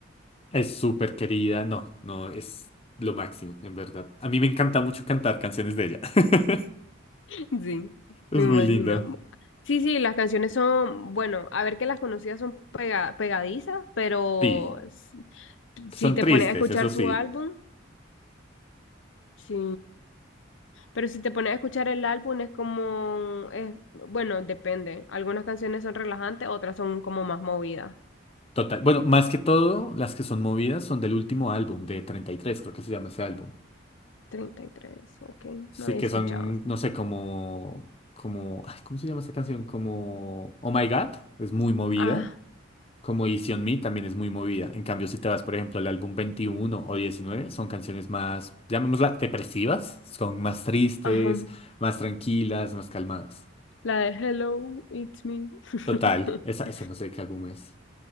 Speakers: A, on the left; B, on the left.
A: Es súper querida, no, no, es lo máximo, en verdad. A mí me encanta mucho cantar canciones de ella. <laughs>
B: <laughs> sí,
A: Es
B: me
A: muy
B: imagino.
A: linda.
B: Sí, sí, las canciones son, bueno, a ver que las conocidas son pega- pegadizas, pero
A: Sí,
B: s- si
A: son
B: te
A: tristes,
B: pones a escuchar
A: eso
B: su
A: sí.
B: álbum, sí. Pero si te pones a escuchar el álbum es como, es, bueno, depende. Algunas canciones son relajantes, otras son como más movidas.
A: Total. Bueno, más que todo, las que son movidas son del último álbum, de 33 creo que se llama ese álbum.
B: treinta y tres ok,
A: Sí,
B: no había
A: que
B: escuchado.
A: son, no sé, como, como, ay, ¿cómo se llama esta canción? Como Oh My God, es muy movida.
B: Ah,
A: Como Easy on Me también es muy movida. En cambio, si te vas, por ejemplo, al álbum 21 o 19 son canciones más, llamémosla, depresivas. Son más tristes,
B: ajá,
A: más tranquilas, más calmadas.
B: la de Hello, it's me. <laughs>
A: Total, esa, esa no sé de qué álbum es.